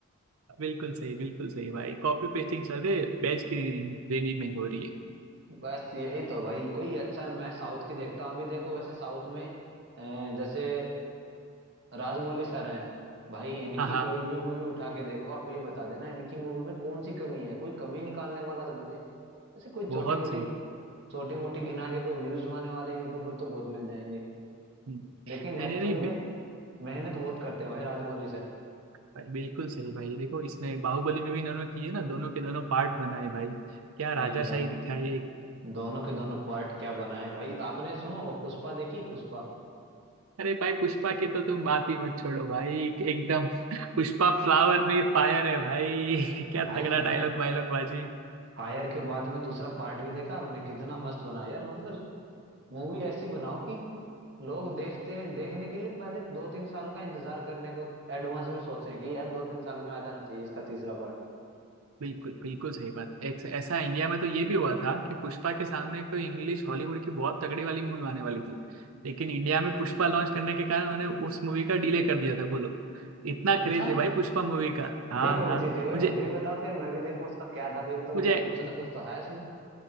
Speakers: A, on the right (about 70°); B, on the right (about 50°).
A: बिल्कुल सही बिल्कुल सही भाई कॉपी पेस्टिंग चल रही है बैच की रेनी में हो रही है
B: बस यही तो भाई कोई अच्छा मैं साउथ की देखता हूँ अभी देखो वैसे साउथ में अ, जैसे राजमौली सर हैं भाई इनकी
A: हाँ हाँ
B: कोई भी मूवी उठा के देखो आप ये बता देना इनकी मूवी में कौन सी कमी है कोई कमी निकालने वाला तो मिले ऐसे कोई
A: बहुत
B: छोटी मोटी
A: सही
B: छोटी मोटी गिना के कोई व्यूज आने वाले यूट्यूबर तो बहुत मिल जाएंगे
A: हम्म,
B: लेकिन
A: नहीं
B: एक्चुअल
A: नहीं नहीं
B: में
A: बिल,
B: मेहनत बहुत करते हैं भाई राजमौली सर
A: भाई, बिल्कुल सही भाई देखो इसमें बाहुबली में भी इन्होंने किए ना दोनों के दोनों पार्ट बनाए भाई क्या
B: भाई
A: राजाशाही
B: दोनों
A: दिखाई है
B: दोनों के दोनों पार्ट क्या बनाए हैं भाई आपने सुनो वो पुष्पा देखी पुष्पा
A: अरे भाई पुष्पा की तो तुम बात ही मत छोड़ो भाई एकदम <laughs> पुष्पा फ्लावर नहीं फायर है भाई <laughs> क्या
B: भाई
A: तगड़ा डायलॉग वायलॉग बाजी
B: फायर के बाद में दूसरा पार्ट भी देखा आपने कितना मस्त बनाया यार मतलब मूवी ऐसी बनाओ कि लोग देखते हैं देखने के लिए पहले दो तीन साल का इंतजार करने को एडवांस में सोचें कि यार दो तीन साल में आ जाना चाहिए इसका तीसरा पार्ट
A: बिल्कुल बिल्कुल सही बात एक, ऐसा इंडिया में तो ये भी हुआ था कि पुष्पा के सामने कोई इंग्लिश हॉलीवुड की बहुत तगड़ी वाली मूवी आने वाली थी लेकिन इंडिया में पुष्पा लॉन्च करने के कारण उन्होंने उस मूवी का डिले कर दिया था बोलो इतना
B: अच्छा
A: क्रेज है भाई पुष्पा मूवी का हाँ
B: ये कौन
A: हाँ
B: सी थी भाई
A: मुझे
B: मुझे भी बता फिर मैं भी देखूं उसका क्या था फिर तो
A: मुझे
B: मतलब कुछ ना कुछ तो है इसमें